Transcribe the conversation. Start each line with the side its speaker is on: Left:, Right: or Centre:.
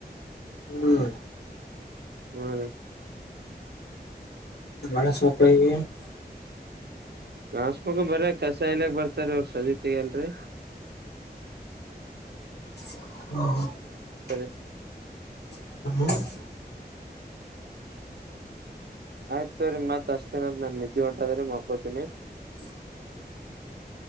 Left: ಹ್ಮ್
Right: ಹ್ಮ್
Left: <unintelligible>
Right: ಗಾಸ್ ಮಗ ಬರ ಕಸಾಯಲಕ್ ಬರ್ತಾರ ಅವ್ರ ಸಗನೀ ತೆಗ್ಯಲ್ರ್ಲಿ.
Left: <inaudible>
Right: ಸರಿ
Left: <inaudible>
Right: ಆಯ್ತತ್ ರಿ ಮತ್ ಅಷ್ಟತೇನದ ನನ್ ನಿದ್ದೆ ಹೊಂಟಾದ್ರೆ ಮಕೋತೀನಿ.
Left: <inaudible>